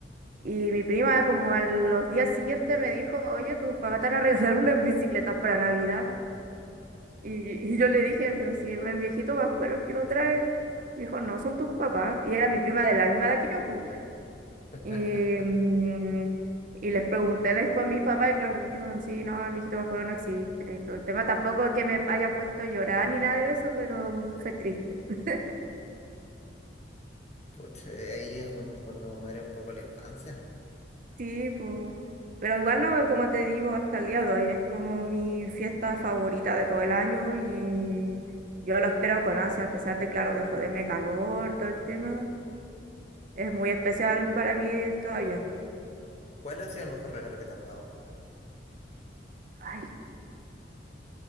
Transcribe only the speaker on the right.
Y mi prima como a los días siguientes me dijo, oye, tus papás te van a regalar <laughs> unas bicicletas para Navidad. Y, y yo le dije, pero si es el viejito Pascuero el que lo trae, me dijo, no, son tus papás. Y era mi prima de la misma edad que yo. po.
Y, mm, y les pregunté después a mis papás, y claro, pues me dijeron, sí, no, el viejito vascuero no existe y todo el tema. Tampoco es que me haya puesto a llorar ni nada de eso, pero fue triste. <laughs>
Sí, pues. Pero igual no, como te digo, hasta el día de hoy es como mi fiesta favorita de todo el año y yo lo espero con ansia, a pesar de, claro, de joderme calor, todo el tema. Es muy especial para mí todavía.
Ay,